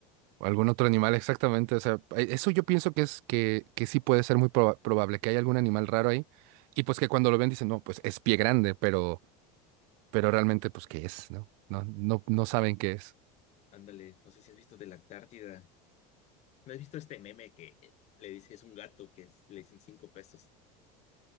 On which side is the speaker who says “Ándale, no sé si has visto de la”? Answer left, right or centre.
Left